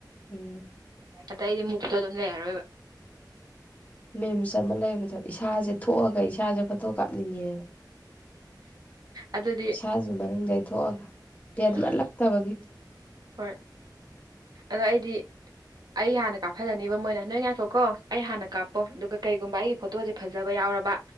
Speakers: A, on the left; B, on the right.
A: ꯎꯝ
B: ꯑꯗ ꯑꯩꯗꯤ ꯃꯨꯛꯇꯣ ꯑꯗꯨꯝ ꯂꯩꯔꯔꯣꯏꯕ
A: ꯃꯦꯝꯁ ꯑꯃ ꯂꯩꯕꯗꯣ ꯏꯁꯥꯁꯦ ꯊꯣꯛꯑꯒ ꯏꯁꯥꯁꯦ ꯐꯣꯇꯣ ꯀꯥꯞꯅꯤꯡꯉꯦꯕ
B: ꯑꯗꯨꯗꯤ
A: ꯏꯁꯥꯁꯤ ꯃꯅꯨꯡꯗꯩꯊꯣꯛꯑꯒ ꯐꯦꯟꯠꯃꯠꯂꯛꯇꯕꯒꯤ
B: ꯎꯝ ꯍꯣꯏ ꯑꯗ ꯑꯩꯗꯤ ꯑꯩ ꯍꯥꯟꯅ ꯀꯥꯞꯐꯜꯗꯅꯤꯕ ꯃꯣꯏꯅ ꯅꯣꯏ ꯉꯥꯏꯈꯣꯀꯣ ꯑꯩ ꯍꯥꯟꯅ ꯀꯥꯞꯄꯣ ꯑꯗꯨꯒ ꯀꯩꯒꯨꯝꯕ ꯑꯩ ꯐꯣꯇꯣꯁꯦ ꯐꯖꯕ ꯌꯥꯎꯔꯕ